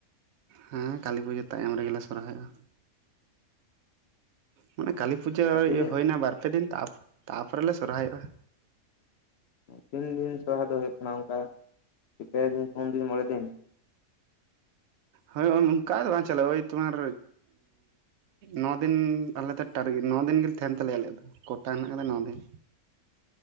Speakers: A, on the right; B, on the left.
A: ᱦᱮᱸ ᱠᱟᱹᱞᱤ ᱯᱩᱡᱟᱹ ᱛᱟᱭᱚᱢ ᱨᱮᱜᱮᱞᱮ ᱥᱚᱨᱦᱟᱭᱚᱜ-ᱟ ᱢᱟᱱᱮ ᱠᱟᱹᱞᱤ ᱯᱩᱡᱟᱹ
B: ᱛᱤᱱ
A: ᱤᱭᱟᱹ
B: ᱫᱤᱱ
A: ᱦᱩᱭᱱᱟ ᱵᱟᱨᱯᱮ ᱫᱤᱱ ᱛᱟ ᱛᱟᱯᱚᱨᱮ ᱞᱮ ᱥᱚᱨᱦᱟᱭᱚᱜ-ᱟ
B: ᱛᱤᱱ ᱫᱤᱱ ᱥᱚᱨᱦᱟᱭ ᱫᱚ ᱦᱩᱭᱩᱜ ᱠᱟᱱᱟ ᱚᱱᱠᱟ ᱯᱮ ᱫᱤᱱ ᱯᱩᱱ ᱫᱤᱱ ᱢᱚᱬᱮ ᱫᱤᱱ
A: ᱦᱳᱭ ᱚᱱᱠᱟ ᱫᱚ ᱵᱟᱝ ᱪᱟᱞᱟᱜ-ᱟ ᱳᱭ ᱛᱳᱢᱟᱨ ᱱᱚ ᱫᱤᱱ ᱟᱞᱮ ᱫᱚ ᱴᱟᱨᱜ ᱱᱚ ᱫᱤᱱ ᱜᱮ ᱛᱟᱦᱮᱱ ᱛᱟᱞᱮᱭᱟ ᱟᱞᱮᱭᱟᱜ ᱫᱚ ᱠᱚᱴᱟ ᱦᱮᱱᱟᱜ ᱟᱠᱟᱫᱟ ᱱᱚ ᱫᱤᱱ